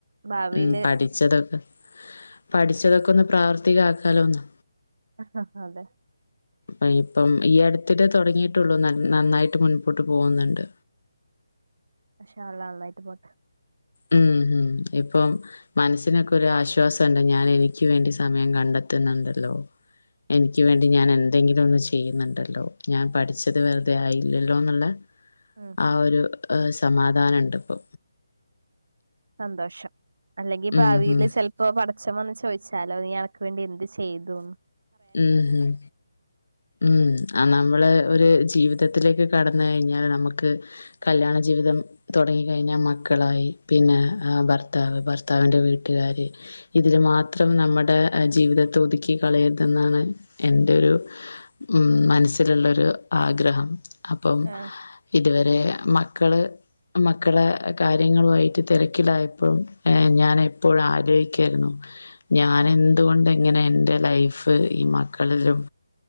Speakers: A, on the right; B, on the left.
A: ഭാവിയില്
B: മ് പഠിച്ചതൊക്കെ പഠിച്ചതൊക്കെ ഒന്ന് പ്രാവർത്തിക ആക്കാലോ ഒന്ന്
A: ആഹ് അതെ
B: അ ഇപ്പം ഈ അടുത്തിടെ തുടങ്ങിയിട്ടുള്ളൂ നന്നായിട്ട് മുൻപോട്ട് പോകുന്നുണ്ട്
A: ഇന്ഷാഅല്ലാഹ് നന്നായിട്ട് പോട്ടെ
B: ഉം ഉം ഇപ്പം മനസ്സിനൊക്കെ ഒരു ആശ്വാസണ്ട് ഞാൻ എനിക്ക് വേണ്ടി സമയം കണ്ടെത്തുന്നുണ്ടല്ലോ എനിക്ക് വേണ്ടി ഞാൻ എന്തെങ്കിലും ഒന്ന് ചെയ്യുന്നുണ്ടല്ലോ ഞാൻ പഠിച്ചത് വെറുതെ ആയില്ലല്ലോന്ന്ള്ള
A: ആ
B: ആ ഒരു സമാധാനം ഉണ്ട് ഇപ്പോ
A: സന്തോഷം അല്ലെങ്കി ഭാവിൽ
B: ഉം ഉം
A: ചെിലപ്പോ പടച്ചവൻ ചോദിച്ച സ്ഥലം ഇയാൾക്ക് വേണ്ടി എന്ത് ചെയ്തു
B: ഉം ഉം മ് നമ്മള് ഒരു ജീവിതത്തിലേക്ക് കടന്ന് കഴിഞ്ഞാൽ നമുക്ക് കല്യാണജീവിതം തുടങ്ങി കഴിഞ്ഞാൽ മക്കളായി പിന്നെ ഭർത്താവ് ഭർത്താവിന്റെ വീട്ടുകാര് ഇതിന് മാത്രം നമ്മുടെ ജീവിതത്തെ ഒതുക്കി കളയരുത് എന്നാണ് എന്റെ ഒരു മ് മനസ്സിലുള്ള ഒരു ആഗ്രഹം അപ്പം
A: ആഹ്
B: ഇതുവരെ മക്കള് മക്കളെ കാര്യങ്ങളുവായിട്ട് തെരക്കിലായപ്പോ ഏഹ് ഞാനെപ്പൊഴും ആലോയിക്കേര്ന്നു ഞാനെന്തുകൊണ്ട്
A: ആഹ്
B: ഇങ്ങനെ എൻ്റെ ലൈഫ് ഈ മക്കളിലും